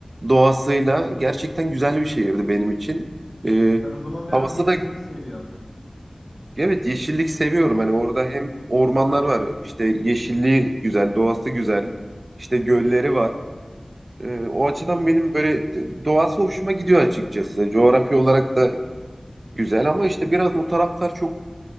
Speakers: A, on the right; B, on the left.
A: doğasıyla gerçekten güzel bir şehirdi benim için. E,
B: Sen o zaman biraz
A: havası
B: yeşillik
A: da
B: seviyorsun.
A: evet yeşillik seviyorum.
B: Yeşil.
A: Hani orada hem
B: Aha,
A: ormanlar var, işte yeşilliği güzel, doğası güzel, işte gölleri
B: aha,
A: var. E, o
B: aha,
A: açıdan benim böyle de- doğası hoşuma gidiyor açıkçası. Coğrafya olarak da güzel ama işte biraz o taraflar çok